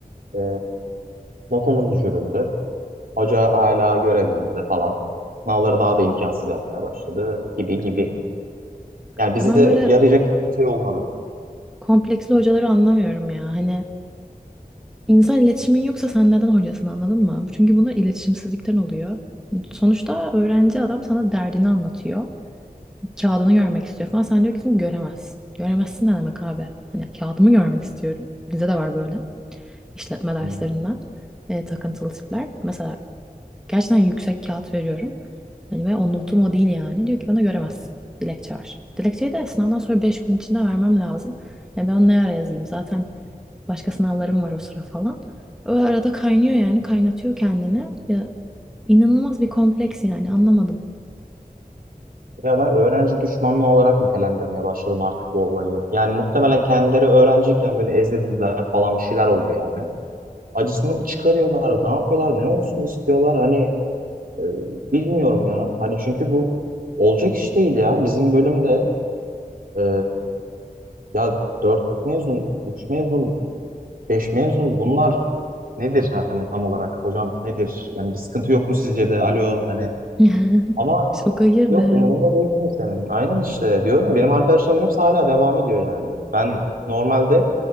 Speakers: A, on the right (about 70°); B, in the centre.
A: ee, notumuz düşürüldü. Hoca hala görevinde falan. Sınavları daha da imkansız yapmaya başladı gibi gibi. Yani
B: Ya
A: bize
B: ben böyle
A: yarayacak hiçbir şey olmadı.
B: kompleksli hocaları anlamıyorum ya. Hani insan iletişimin yoksa sen neden hocasın anladın mı? Çünkü bunlar iletişimsizlikten oluyor. Sonuçta öğrenci adam sana derdini anlatıyor. Kağıdını görmek istiyor falan. Sen diyorsun göremezsin. Göremezsin ne demek abi? Hani kağıdımı görmek istiyorum. Bize de var böyle işletme derslerinden
A: Hmm.
B: e, takıntılı tipler. Mesela Gerçekten yüksek kağıt veriyorum. Hani ve o notum o değil yani. Diyor ki bana göremezsin. Dilekçe ver. Dilekçeyi de sınavdan sonra 5 gün içinde vermem lazım. E ben onu ne ara yazayım? Zaten başka sınavlarım var o sıra falan. O arada kaynıyor yani. Kaynatıyor kendini. Ya, inanılmaz bir kompleks yani. Anlamadım.
A: Ya ben öğrenci düşmanlığı olarak nitelendirmeye başladım artık bu olayı. Yani muhtemelen kendileri öğrenciyken böyle ezildiler falan bir şeyler oldu yani acısını mı çıkarıyorlar, ne yapıyorlar, ne olsun istiyorlar. Hani Ee, Bilmiyorum ya. Hani çünkü bu olacak iş değil ya. Bizim bölümde eee, ya 4 mezun, 3 mezun, 5 mezun bunlar nedir hani tam olarak hocam nedir? Yani bir sıkıntı yok mu sizce de? Alo hani
B: <laughs>
A: ama
B: Şoka girdim.
A: yok umurumda değil kimsenin. Aynen işte diyorum ya benim arkadaşlarım hepsi hala devam ediyor yani. Ben normalde